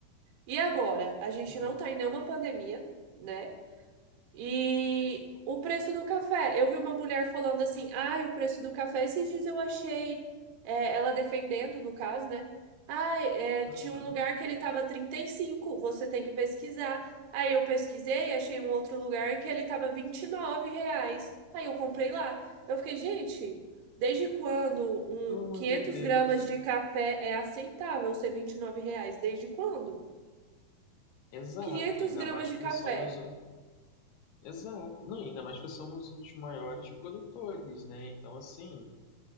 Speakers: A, on the right; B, on the left.
A: E agora? A gente
B: sim.
A: não está em nenhuma pandemia, né? E o preço do café. Eu vi uma mulher falando assim: ai, o preço do café. Esses dias eu achei é, ela defendendo, no caso, né? Ai, é, tinha
B: Uhum.
A: um lugar que ele tava trinta e cinco você tem que pesquisar. Aí eu pesquisei, achei um outro lugar que ele tava 29 reais. Aí eu comprei lá. Eu fiquei, gente, desde quando um
B: Pelo amor
A: 500
B: de Deus.
A: gramas de café é aceitável ser 29 reais? Desde quando?
B: Exato.
A: quinhentos
B: Ainda
A: gramas
B: mais
A: de
B: porque
A: café.
B: somos Exato. Não, ainda mais que somos um dos maiores produtores, né? Então, assim,